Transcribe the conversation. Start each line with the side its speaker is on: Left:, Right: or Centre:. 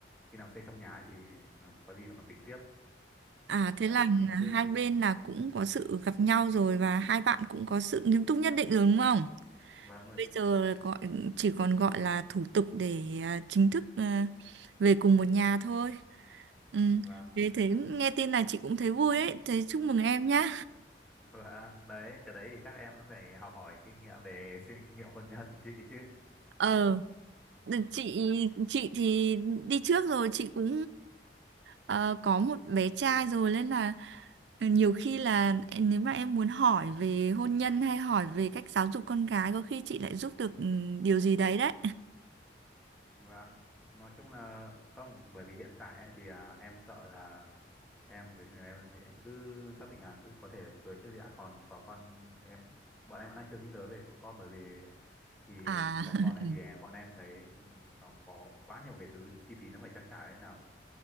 Centre: khi nào xây xong nhà ấy thì ừ, có gì còn tính tiếp
Right: À thế
Centre: đấy
Right: là
Centre: như chứ
Right: hai bên là cũng có sự gặp nhau rồi và hai bạn cũng có sự nghiêm túc nhất định rồi đúng không?
Centre: vâng đúng rồi
Right: Bây
Centre: chị
Right: giờ gọi chỉ còn gọi là thủ tục để à, chính thức à, về cùng một nhà thôi. Ừ.
Centre: vâng
Right: Thế thế nghe tin là chị cũng thấy vui ấy, thế chúc mừng em nhá.
Centre: Vâng, đấy, cái đấy thì chắc em cũng phải học hỏi kinh nghiệm để <laughs> xin kinh nghiệm hôn nhân chị chứ.
Right: Ờ chị chị thì đi trước rồi chị cũng ờ, có một bé trai rồi nên là ờ, nhiều khi là em- nếu mà em muốn hỏi về hôn nhân hay hỏi về cách giáo dục con gái có khi chị lại giúp được ừ, điều gì đấy đấy
Centre: Vâng, nói chung là không, bởi vì hiện tại ấy, thì à, em sợ là em với người em thì em cứ xác định là cứ có thể cưới trước đã còn có con em bọn em vẫn đang chưa nghĩ tới về có con bởi vì ấy, thì
Right: À,
Centre: có
Right: <laughs>
Centre: con ấy thì à, bọn em thấy nó có quá nhiều cái thứ chi phí nó phải trang trải ấy nào